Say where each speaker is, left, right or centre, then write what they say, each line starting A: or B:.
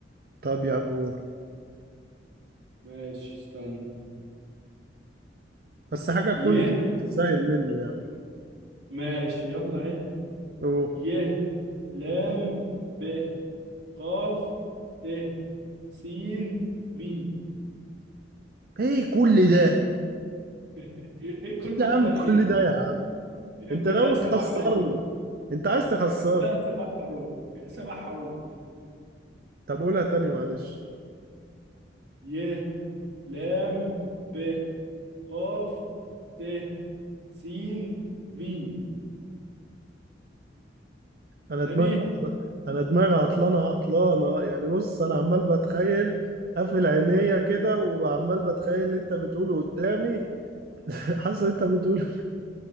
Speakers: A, on the right; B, on the right.
A: طب يا عم قول
B: ماشي استنى
A: بس حاجة تكون
B: ي
A: سهل منه يعني
B: ماشي يلا اهي
A: اوه
B: ي لام ب قاف ت سين ميم
A: ايه كل ده
B: <laughs> ايه كل
A: إيه يا
B: ده
A: عم
B: ايه
A: كل ده يا عم
B: هي
A: انت
B: كلها
A: ناوي
B: سبع
A: تخسرني
B: حروف
A: انت عايز تخسرني
B: كلها سبع حروف سبع حروف
A: طب قولها تاني معلش
B: ي لام ب قاف ت سين ميم
A: انا
B: تاني
A: دماغي عطلانه انا دماغي عطلانه عطلانه يعني بص انا عمال بتخيل قافل عينيا كده وعمال بتخيل اللي انت بتقوله قدامي <laughs> حاسس ان انت بتقول